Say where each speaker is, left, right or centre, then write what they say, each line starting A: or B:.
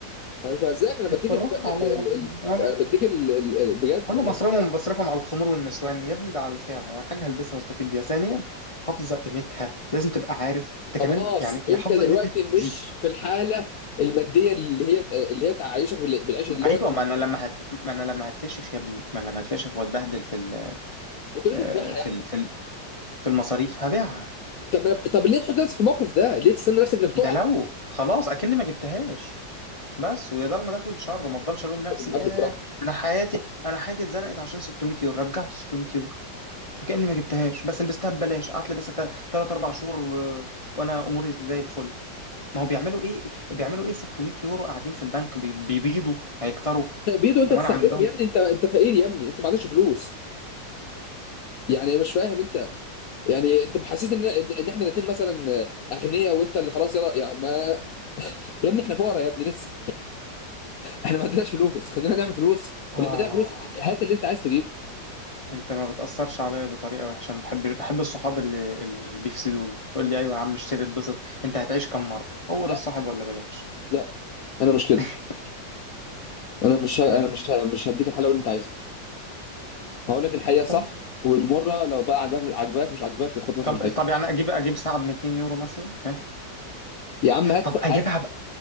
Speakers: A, on the left; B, on the left.
A: انا مش بهزاك انا بديك
B: بالراحه
A: الف... ال...
B: عليا
A: ال...
B: يا ابني
A: ال... انا بديك ال... ال... ال- بجد
B: وانا
A: يعني
B: بصرفهم
A: حاجات
B: بصرفهم على الخمور والنسوان يا ابني ده على ساعه يعني حاجه هلبسها واستفيد بيها ثانيا حافظه قيمتها لازم تبقى عارف انت
A: خلاص
B: كمان يعني يا
A: انت
B: حافظه
A: دلوقتي
B: قيمتها
A: مش
B: زي
A: في الحاله الماديه اللي هي اللي هي تعيشك بال- بالعيشه اللي
B: ايوه
A: هو
B: ما انا لما هت... ما انا لما هتفشخ يا ابني ما انا لما هتفشخ واتبهدل في ال...
A: ما تقوليش
B: آه،
A: هتبيعها
B: في
A: يا احمد
B: ال... في ال... في المصاريف هبيعها
A: طب ما- طب ليه تحط نفسك في الموقف ده ليه تستنى نفسك انك
B: ده
A: تقع
B: لو خلاص اكني ما جبتهاش بس ويا دار ما دخلت شر وما افضلش الوم نفسي
A: يا معلم
B: يا
A: براحتك
B: انا حياتي انا حياتي اتزنقت عشان 600 يورو رجعت 600 يورو فكاني ما جبتهاش بس لبستها ببلاش قعدت لبستها 3 4 شهور و... وانا اموري زي الفل ما هو بيعملوا ايه بيعملوا ايه 600 يورو قاعدين في البنك بي- بيبيضوا هيكتروا
A: بيدو انت
B: وما
A: تستعملهم
B: انا اعمل لهم
A: يا ابني انت انت فقير يا ابني انت ما عندكش فلوس يعني مش فاهم انت يعني انت محسس ان ان إن احنا الاثنين مثلا اغنياء وانت اللي خلاص يلا يعني ما يا ابني احنا فقراء يا ابني لسه احنا ما عندناش فلوس خلينا نعمل فلوس
B: آه
A: ولما تعمل فلوس هات اللي انت عايز تجيبه
B: انت ما بتأثرش عليا بطريقة وحشة ما بحب بحب الصحاب اللي, اللي بيفسدوني يقول لي ايوه يا عم اشتري اتبسط انت هتعيش كم مرة هو
A: لا
B: ده الصاحب ولا بلاش
A: لا انا مش كده
B: <laughs>
A: انا مش ه-
B: مم.
A: انا مش ه- مش هديك الحلاوه اللي انت عايزها هقول لك الحقيقه صح
B: طيب
A: والمره لو بقى عجباك مش عجباك مش عجباك اخبط لك
B: طب
A: في الحيطه
B: طب يعني اجيب اجيب ساعة ب 200 يورو مثلا ها
A: يا عم هات
B: طب اجيبها
A: هات
B: بقى